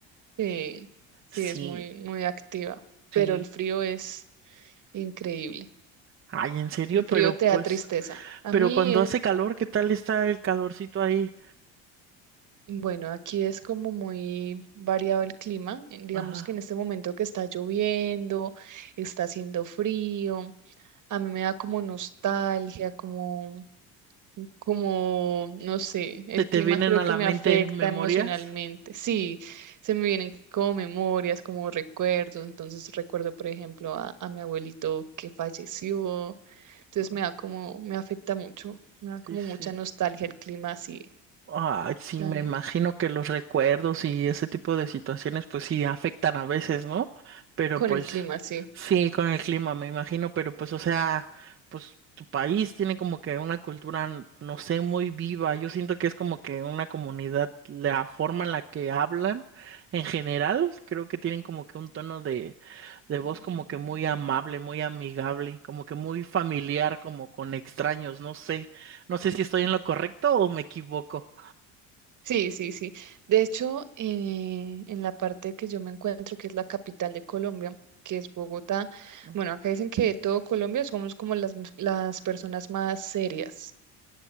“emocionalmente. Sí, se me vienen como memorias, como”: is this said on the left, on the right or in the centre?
Right